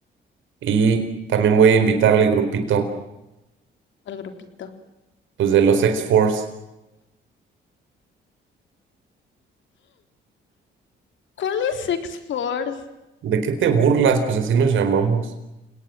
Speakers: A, on the right; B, on the left.
A: y también voy a invitar al grupito,
B: Al grupito.
A: pues de los X-Force.
B: ¿Cuál es X-Force?
A: ¿De qué te burlas? Pues así nos llamamos.